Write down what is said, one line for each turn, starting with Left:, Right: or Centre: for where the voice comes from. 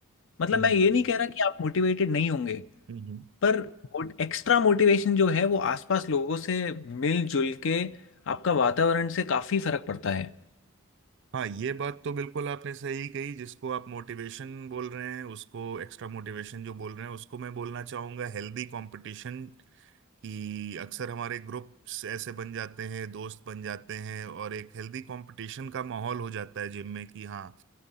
Left: मतलब
Right: हम्म
Left: मैं ये नहीं कह रहा कि आप मोटिवेटेड नहीं होंगे
Right: हम्म, हम्म,
Left: पर एक्स्ट्रा मोटिवेशन जो है वो आसपास लोगों से मिलजुल के आपका वातावरण से काफी फर्क पड़ता है
Right: हाँ ये बात तो बिल्कुल आपने सही कही जिसको आप मोटिवेशन बोल रहे हैं उसको एक्स्ट्रा मोटिवेशन जो बोल रहे हैं उसको मैं बोलना चाहूंगा हेल्दी कंपटीशन कि अक्सर हमारे ग्रुप्स ऐसे बन जाते हैं दोस्त बन जाते हैं और एक हेल्दी कंपटीशन का माहौल हो जाता है जिम में कि हाँ